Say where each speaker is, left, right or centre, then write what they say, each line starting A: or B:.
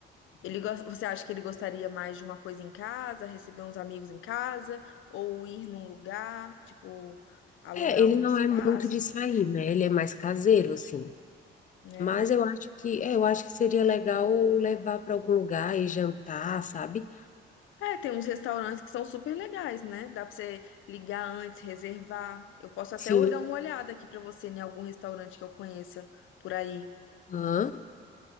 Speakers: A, on the left; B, on the left.
A: ele gosta, você acha que ele gostaria mais de uma coisa em casa, receber uns amigos em casa, ou ir num lugar, tipo, alugar
B: é, ele
A: um
B: não
A: espaço,
B: é muito de sair, né? Ele é mais caseiro, assim.
A: né?
B: Mas eu acho que, é, eu acho que seria legal levar para algum lugar e jantar, sabe?
A: É, tem uns restaurantes que são super legais, né? Dá pra você ligar antes, reservar. Eu posso até
B: Sim,
A: ol- dar uma olhada aqui pra você em algum restaurante que eu conheça por aí.
B: Aham.